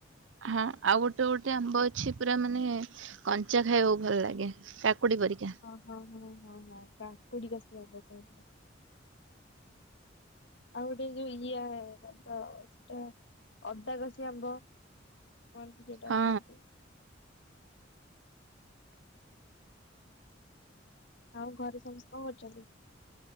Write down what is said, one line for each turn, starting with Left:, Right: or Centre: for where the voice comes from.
Right: ହଁ ଆଉ ଗୋଟେ ଗୋଟେ ଆମ୍ବ ଅଛି ପୁରା ମାନେ କଞ୍ଚା ଖାଇବାକୁ ଭଲ ଲାଗେ କା କୁଡ଼ି ପରିକା
Left: ହଁ-ହଁ-ହଁ-ହଁ କାକୁଡି କସି ଆମ୍ବ କୁହନ୍ତି। ଆଉ ଗୋଟେ ଯୋଉ ଇଏ କଣ ତ ସେଟା ଅଦାକଷି ଆମ୍ବ। କୁହନ୍ତି ଯୋଉଟା
Right: ହଁ।
Left: ଖାଆନ୍ତି। ଆଉ ଘରେ ସମସ୍ତେ କଣ କରୁଚନ୍ତି?